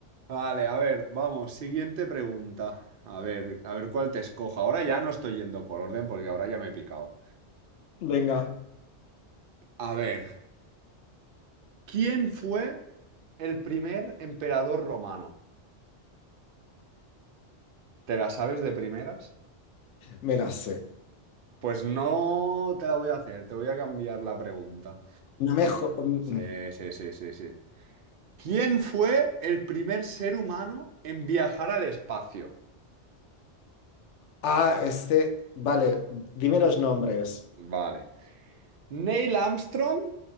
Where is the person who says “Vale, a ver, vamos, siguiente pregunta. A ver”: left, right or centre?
Right